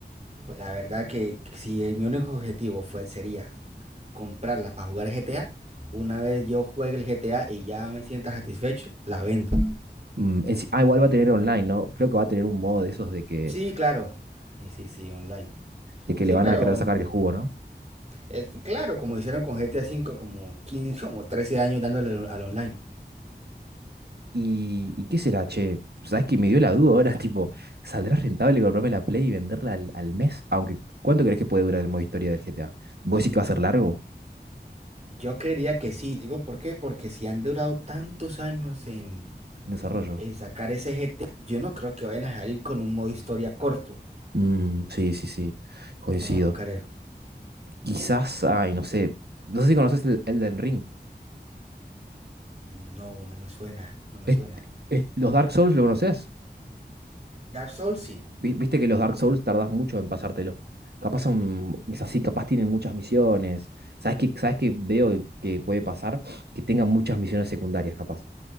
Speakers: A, on the right; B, on the right.
A: Pues la verdad que si el- mi único objetivo fue, sería comprarla para jugar GTA, una vez yo juegue el GTA y ya me sienta satisfecho, la vendo.
B: Mm, en sí- ah, igual va a tener online, ¿no? Creo que va a tener un modo de esos de que,
A: Sí, claro. Eh, Sí, sí, online.
B: de que
A: Sí,
B: le van
A: pero
B: a querer sacar
A: mm,
B: el jugo, ¿no?
A: es- claro, como hicieron con GTA V, como 15, como 13 años dándole al, al online.
B: ¿Y, y qué será, che? ¿Sabes que me dio la duda ahora? <laughs> Tipo, ¿saldrá rentable comprarme la Play y venderla al, al mes? Aunque, ¿cuánto crees que puede durar el modo historia del GTA? ¿Vos decís que va a ser largo?
A: Yo creería que sí. Digo, ¿por qué? Porque si han durado tantos años en,
B: En desarrollo.
A: en sacar ese GTA, yo no creo que vayan a salir con un modo historia corto.
B: Mm, sí, sí, sí. Coincido.
A: No lo creo.
B: Quizás, ay, no sé. No sé si conoces el Elden Ring.
A: No, no me suena, no me
B: Es-
A: suena.
B: es- ¿los Dark Souls lo conoces?
A: Dark Souls sí.
B: Vi- Viste que los Dark Souls tardás mucho en pasártelo. Capaz son, es así, capaz tienen muchas misiones. ¿Sabes qué, sabes qué veo que puede pasar? Que tengan muchas misiones secundarias, capaz.